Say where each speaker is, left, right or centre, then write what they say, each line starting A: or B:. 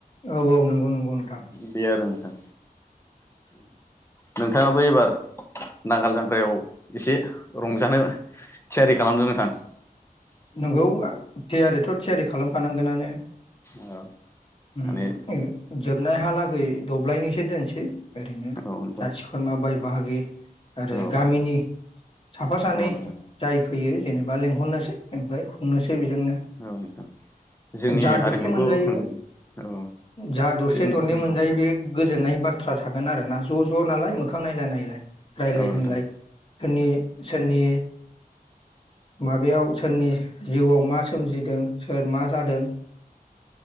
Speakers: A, on the left (about 35°); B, on the left (about 15°).
A: औ औ नंगौ नंगौ नोंथां
B: बे आरो नोंथां नोंथाङाबो एबार नांगाल जांग्रायाव एसे रंजानो थियारि खालामदो नोंथां <unintelligible>
A: नंगौ थियारिथ थियारि खालामखानांगोनानो।
B: औ
A: ओम
B: माने
A: <unintelligible> नुनायहालागै दब्लायनैसो दोनसै ओरैनो
B: औ नोंथां
A: जाथि खुरमा बाय बाहागि आरो
B: औ
A: गामिनि साफा सानै
B: औ नोंथां
A: जाय होयो जेनेबा लेंहरनोसै ओमफ्राय खुंनोसै बेजोंनो
B: औ नोंथां जोंनि
A: जा
B: हारिमुखौ
A: दरसे मोनजायो
B: औ
A: जा दरसे
B: जों औ
A: दरन मोनजायो बे गोजोननाय बाथ्रा थागोन आरो ना ज ज नालाय मोखां नायलाय नायलाय रायलाय
B: औ
A: होनलाय
B: नोंथां औ
A: सोरनि सोरनि माबायाव सोरनि जिउआव मा सोमजिदों सोर मा जादों